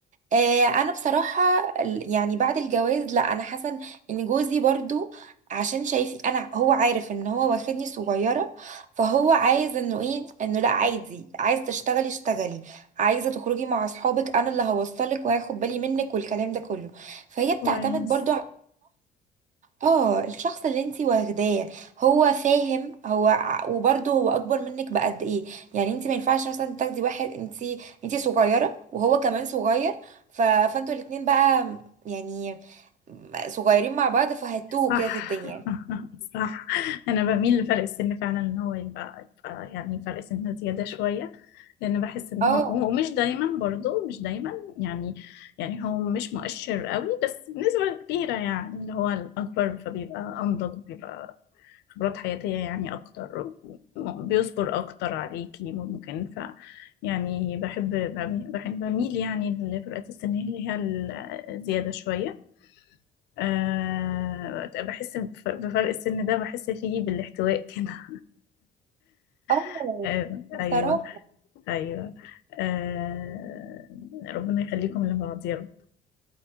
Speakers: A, on the right (about 45°); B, on the left (about 80°).
A: آه، انا بصراحه ال- يعني بعد الجواز لا انا حاسه ان جوزي برضو عشان شايف انا هو عارف ان هو واخدني صغيره فهو عايز انه ايه انه لا عادي عايز تشتغلي اشتغلي عايزه تخرجي مع اصحابك انا اللي هوصلك وهاخد بالي منك والكلام ده كله فهي بتعتمد
B: كويس
A: برضو على اه الشخص اللي انتي واخداه هو فاهم هو ع- وبرضه هو اكبر منك بقد ايه يعني انتي ما ينفعش مثلا تاخدي واحد انتي انتي صغيره وهو كمان صغير ف... فانتوا الاتنين بقى م- يعني م- صغيرين مع بعض فهتوه
B: صح
A: كده في الدنيا
B: <laughs> صح انا بميل لفرق السن فعلا ان هو يبقى, يبقى يعني فرق سن زياده شويه لان بحس ان
A: اه
B: هو ومش دايما برضو مش دايما يعني يعني هو مش مؤشر قوي بس بنسبه كبيره يعني اللي هو الاكبر فبيبقى انضج بيبقى خبرات حياتيه يعني اكتر م- بيصبر اكتر عليكي ممكن ف يعني بحب بميل بحب بميل يعني لفئة السن اللي هي الزياده شويه آه بحس بف- بفرق السن ده بحس فيه بالاحتواء كده
A: اه
B: <laughs> آه
A: بصراحه
B: أيوه أيوه آه ربنا يخليكم لبعض يا رب